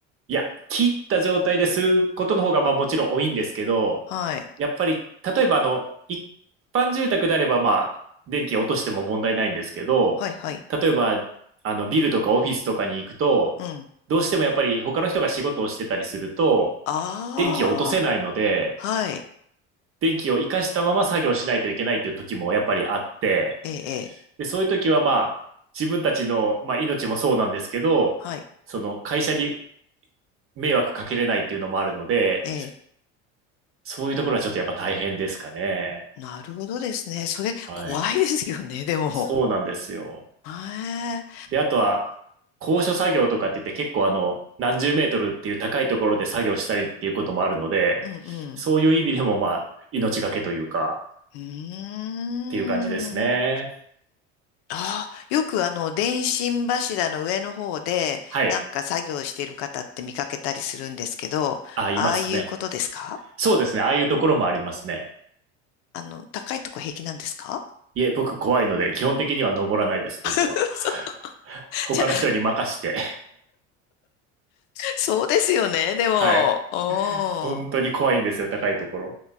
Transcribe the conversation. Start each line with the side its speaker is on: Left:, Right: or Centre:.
Right: いや、切った状態ですることの方が、まあもちろん多いんですけど、
Left: はい。
Right: やっぱり、例えばあの、一般住宅であれば、まあ、電気落としても問題ないんですけど、
Left: はい、はい。
Right: 例えば、あの、ビルとかオフィスとかに行くと、
Left: うん。
Right: どうしてもやっぱり他の人が仕事をしてたりすると、
Left: ああ、
Right: 電気を落とせないので、
Left: はい。
Right: 電気を活かしたまま作業しないといけないっていう時もやっぱりあって、
Left: ええ、ええ
Right: で、そういう時はまあ、自分たちの、まあ、命もそうなんですけど、
Left: はい。
Right: その会社に迷惑かけれないっていうのもあるので、
Left: ええ。
Right: そういうところはちょっとやっぱ大変ですかね。
Left: なるほどですね。それ、
Right: はい。
Left: 怖いですよね、でも。
Right: そうなんですよ。
Left: へえ。
Right: で、あとは、高所作業とかって言って結構あの、何十メートルっていう高いところで作業したりっていうこともあるので、
Left: うん、うん。
Right: そういう意味でもまあ、命がけというか、
Left: うーん。
Right: っていう感じですね。
Left: ああ、よくあの、電信柱の上の方で、
Right: はい。
Left: なんか作業している方って見かけたりするんですけど、
Right: あ、いますね。
Left: ああいうことですか
Right: そうですね。ああいうところもありますね。
Left: あの、高いとこ平気なんですか
Right: いえ、僕怖いので、基本的には登らないです、僕は。
Left: <laughs>
Right: <laughs>
Left: そう、<laughs>
Right: 他の人に任して。
Left: じゃ、そうですよね、でも。
Right: はい。
Left: うん。
Right: 本当に怖いんですよ、高いところ。